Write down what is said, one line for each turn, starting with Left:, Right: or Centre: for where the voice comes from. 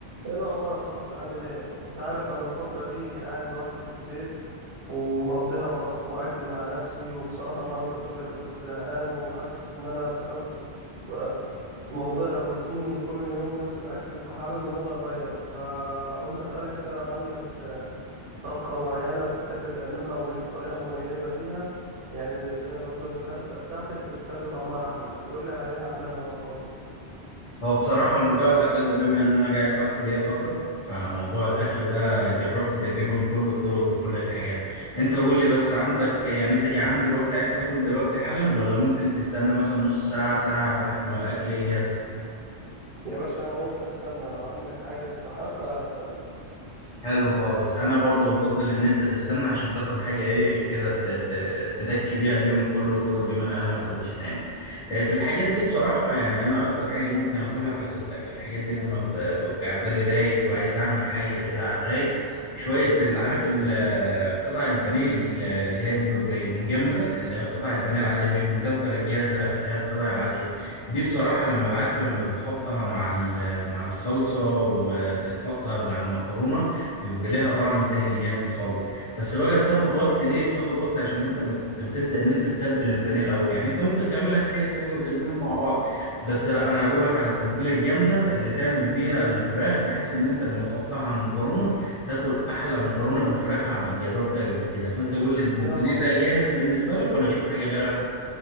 Right: ايه الاخبار يا صاحبي عامل ايه انت عارف انا الفتره دي قاعد لوحدي في البيت ومقضيها طبخ واكل مع نفسي وبصراحه النهارده كده كنت زهقان وحاسس ان انا دخلت في في موضوع روتيني كل يوم نفس الاكل فحابب ان انا اغير فقلت اسالك كده لو عندك آه، طبخه معينه بتحب تعملها وليك طريقه مميزه فيها يعني نقدر نقول إن اللمسه بتاعتك بتخلي طعمها احلى تقول لي عليها اعملها وانا فاضي
Left: هو بصراحة موضوع الأكل ده بما إن أنا قاعد لوحدي ليا فترة فموضوع الأكل ده جربت تقريبا كل الطرق وكل الحاجات أنت قول لي بس عندك يعني أنت جعان دلوقتي عايز تاكل دلوقتي حالا ولا ممكن تستنى مثلا نص ساعة ساعة لحد ما الأكل يجهز
Right: يا باشا انا ممكن استنى لو عندك حاجة تستحق لا استنى
Left: حلو خالص انا برضو بفضل ان انت تستنى عشان تاكل حاجه ايه كده ت- ت- تدكي بيها اليوم كله وتقعد يومين عليها ما تاكلش تاني آه، في الحاجات دي بصراحه يعني انا اكتر حاجه ممكن اكلها في ال- في الحاجات دي لما ب- ببقى بالي رايق وعايز اعمل حاجه كده على الرايق شويه اللي عارف ال- قطع البانيه ال- اللي هي بتبقى المجمده اللي هي قطع البانيه العاديه مش المتبله الجاهزه لا اللي هي القطع العاديه دي بصراحه لما بعرف لما بتحطها مع ال- مع الصلصه وبتحطها مع المكرونه بيبقى ليها طعم تاني جامد خالص بس بقى بتاخد وقت ليه بتاخد وقت عشان انت بت- بتبدأ ان انت تتبل البانيه الاول يعني انت ممكن تعملها سريع سريع وترميهم مع بعض بس لا انا هقول لك على التتبيله الجامده اللي تعمل بيها الفراخ بحيث ان انت لما تحطها على المكرونه تاكل احلى مكرونه بالفراخ عم- جربتها قبل كده فانت قول لي البانيه
Right: يلا بينا
Left: ده جاهز بالنسبه لك ولا نشوف حاجه غيرها